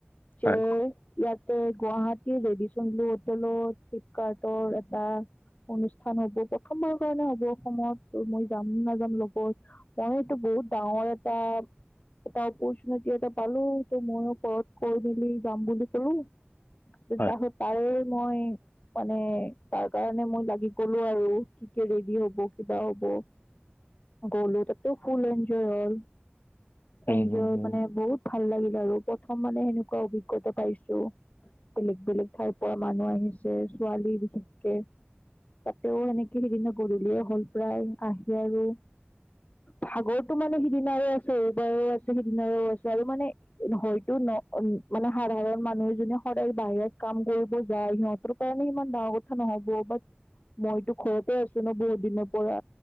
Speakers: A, on the left (about 35°); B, on the left (about 50°).
A: যে
B: হয়
A: ইয়াত এই গুৱাহাটীৰ ৰেডিচনবোৰ হোটেলত। কাৰ্টৰ এটা অনুষ্ঠান হ'ব প্ৰথমবাৰৰ কাৰণে হব অসমত ত মই যাম নাযাম লগত মইটো বহুত ডাঙৰ এটা এটা অপৰচুনিটি এটা পালোঁ ত মইয়ো ঘৰত কৈ মেলি যাম বুলি কলোঁ। দুটা
B: হয়
A: সোতাৰে। মই মানে তাৰ কাৰণে মই লাগি গলো আৰু কেতিয়া ৰেডি হব কিবা হব গলো তাতেও ফুল এনজয় হ'ল।
B: হম
A: এনজয়
B: হম হম
A: মানে বহুত ভাল লাগিল আৰু প্ৰথম মানে সেনেকুৱা অভিজ্ঞতা পাইছো বেলেগ -বেলেগ ঠাইৰ পৰা মানুহ আহিছে। যে ছোৱালী বিশেষকে তাতেও এনেকে সিদিনা গধূলিয়ে হল প্ৰায় আহি আৰু ভাগৰতটো মানে সিদিনাৰে আছে এইবাৰো আছে সিদিনাৰো আছে আৰু মানে হয়তো ন মানে সাধাৰণ মানুহ জোনে সদায় বাহিৰত কাম কৰিব যায় সিহঁত তৰ কাৰণে ইমান ডাঙৰ কথা নহব বট মইতো ঘৰতে আছো ন বহুত দিনৰ পৰা।